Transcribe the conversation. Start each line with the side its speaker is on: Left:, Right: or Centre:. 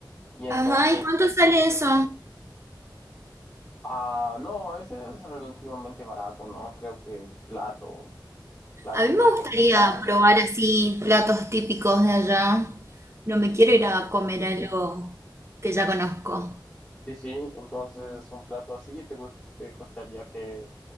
Left: Y entonces,
Right: Ajá, ¿y cuánto sale eso?
Left: ah, no, ese es relativamente barato, ¿no? Creo que plato, plato
Right: A mí me
Left: que
Right: gustaría
Left: te cuesta
Right: probar así platos típicos de allá. No me quiero ir a comer algo que ya conozco.
Left: Sí, sí, entonces un plato así te, gus- te costaría que